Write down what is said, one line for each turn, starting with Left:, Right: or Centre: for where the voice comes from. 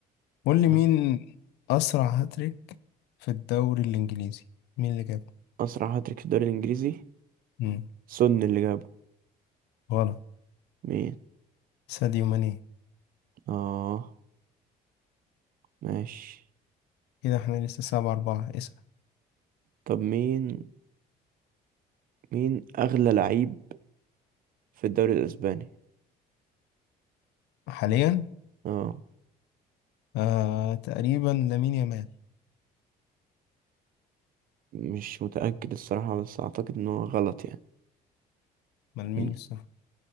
Left: قول لي مين
Right: يلا.
Left: أسرع هاتريك في الدوري الإنجليزي مين اللي جابه؟
Right: اسرع هاتريك في الدوري الانجليزي
Left: مم.
Right: سون اللي جابه
Left: غلط
Right: مين
Left: ساديو ماني
Right: اه ماشي
Left: كده احنا لسه سبعة أربعة اسأل
Right: طب مين مين اغلى لعيب في الدوري الاسباني
Left: حاليا
Right: اه
Left: آه تقريبا لامين يامال
Right: مش متأكد الصراحة بس اعتقد ان هو غلط يعني
Left: ما لامين
Right: م.
Left: الصح